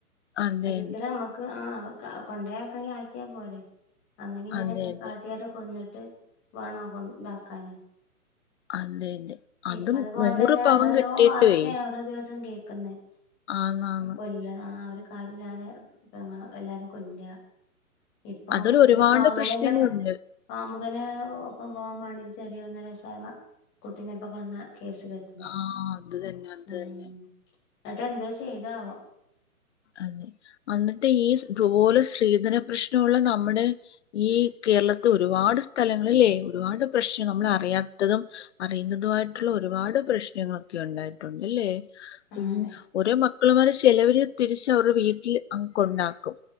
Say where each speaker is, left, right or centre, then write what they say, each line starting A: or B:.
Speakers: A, on the left; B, on the left.
A: അതെ
B: ഒരിക്കല് അമ്മക്ക് ആഹ് കാ കൊണ്ടേയാക്കണെങ്കി ആക്കിയാ പോരെ അങ്ങനെ ഇങ്ങനെയൊക്കെ
A: അതെ അതെ അതെ
B: കാട്ടിയാട്ട് കൊന്ന് ട്ട് വാണോ കൊൺണ്ടാക്കാന്
A: അതെ അതെ അതും
B: ഇപ്പ അതുപോൽ
A: നൂറ്
B: തന്നെ
A: പവൻ
B: നമ്മൾ ഒരോ
A: കിട്ടിയിട്ടുവേ
B: വാർത്തയാ ഓരോ ദിവസവും കേ പന്നെ
A: ആന്നാന്ന്
B: മുക്കോയില്ലേ ന്നാര് കാര്യല്ലാതെ പെങ്ങളും എല്ലാരും കൊല്യാ ഇപ്പ
A: അതിൽ ഒരുപാട്
B: ഒരു കാമുകന്റെ
A: പ്രശ്നങ്ങളുണ്ട്
B: പ കാമു അങ്ങനെ ഒപ്പം പോകാംമാണ്ടി ചെറിയ ഒന്നരസായ മ കുട്ടീനെപ്പ കൊന്ന കേസ് കേട്ടില്ലേ
A: ആ അത് തന്നെ അത്
B: ഉം ഉം
A: തന്നെ
B: ഉം എന്നിട്ട് എന്ത്‌ ചെയ്താവോ
A: അത് അന്നിട്ട് ഇത്പോലെ സ്ത്രീധന പ്രശ്നോള്ള നമ്മടെ ഈ കേരളത്ത് ഒരുപാട് സ്ഥലങ്ങളില്ലേ ഒരുപാട് പ്രശ് നമ്മള് അറിയാത്തതും അറിയുന്നതുമായിട്ടുള്ള ഒരുപാട് പ്രശ്നങ്ങളൊക്കെ ഒണ്ടായിട്ടൊണ്ട് ഇല്ലേ
B: ആള്
A: ഉ ഒരേ മക്കള്മാരെ ചിലവര് തിരിച്ച് അവരുടെ വീട്ടിൽ അ കൊണ്ടാക്കും